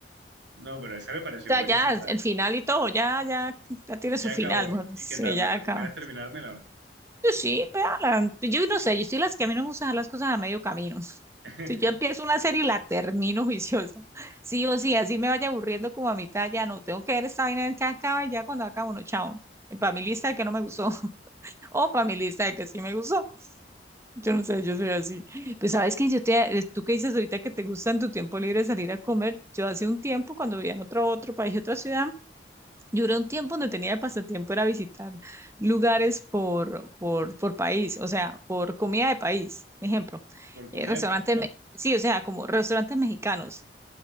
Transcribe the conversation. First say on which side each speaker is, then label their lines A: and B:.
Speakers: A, on the right (about 90°); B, on the right (about 15°).
A: No, pero esa me pareció
B: O
A: buenísima.
B: sea, ya, el final y todo, ya, ya, ya tiene
A: Ya
B: su final,
A: acabó.
B: mejor. dicho.
A: ¿Y
B: Sí,
A: qué tal?
B: ya
A: ¿Me recomiendas
B: acá.
A: terminármela o no?
B: Yo sí, véala. Yo no sé, yo soy las que a mí no me gusta dejar las cosas a medio camino. <laughs>
A: <laughs>
B: Si yo empiezo una serie y la termino <laughs> juiciosa, sí o sí, así me vaya aburriendo como a mitad, ya no, tengo que ver esta vaina a ver que acaba y ya cuando acabo no, chao. Para mi lista de que no me gustó, <laughs> o para mi lista de que sí me gustó. Yo no sé, yo soy así. Pues sabes que yo te, eh, tú que dices ahorita que te gusta en tu tiempo libre salir a comer, yo hace un tiempo cuando vivía en otro, otro país, otra ciudad, yo era un tiempo donde tenía de pasatiempo era visitar lugares por, por, por país, o sea, por comida de país. Ejemplo,
A: Por comida
B: eh, restaurantes,
A: de país.
B: Eh, me- sí, o sea, como restaurantes mexicanos.